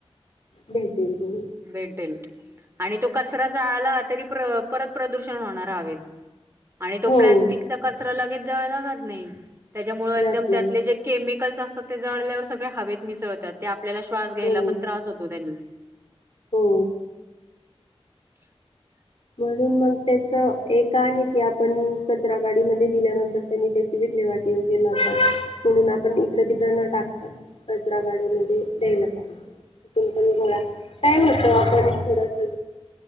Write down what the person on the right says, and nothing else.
भेटेल आणि तो कचरा जाळला तरी परत प्रदूषण होणार हवेत... आणि तो
प्लॅस्टिकचा कचरा लगेच जळला जात नाही. त्याच्यामुळेळ
एकदम
त्यातले जे केमिकल्स असतात ते जळल्यावर सगळे हवेत मिसळतात ते.. आपल्याला श्वास घ्यायला
पण... हो
<unintelligible>